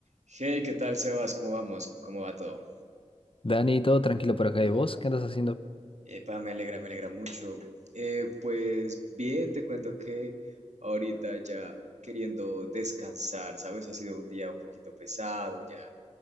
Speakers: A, on the right; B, on the left.
A: Hey, ¿qué tal, Sebas? ¿Cómo vamos? ¿Cómo va todo?
B: Dani, todo tranquilo por acá. ¿Y vos qué andas haciendo?
A: Eh, pa, me alegra, me alegra mucho. Eh, pues bien, te cuento que ahorita ya queriendo descansar, ¿sabes? Ha sido un día un poquito pesado, ya